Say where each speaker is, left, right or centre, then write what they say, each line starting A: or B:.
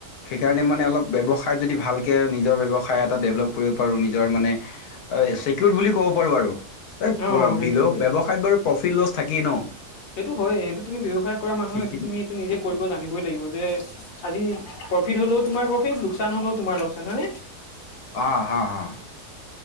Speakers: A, on the left (about 80°); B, on the left (about 45°).
A: সেইকাৰণে মানে অলপ ব্যৱসায় যদি ভালকে নিজৰ ব্যৱসায় এটা ডেভেলপ কৰিব পাৰো নিজৰ মানে চেকিউৰ্দ বুলি ক'ব পাৰো আৰু এই
B: অ
A: ব্যৱসায়ত
B: সেইটো
A: বাৰু প্ৰফিট লছ থাকেই ন।
B: সেইটো হয় সেইটো তুমি ব্যৱসায় কৰা মানুহে
A: সেইখিনি
B: সটো তুমি এইটো নিজে কৰিব জানিবই লাগিব যে আজি প্ৰফিট হ'লেও তোমাৰ প্ৰফিট লোকচান হলেও তোমাৰ লোকচান হয় নে
A: অ', হা অ',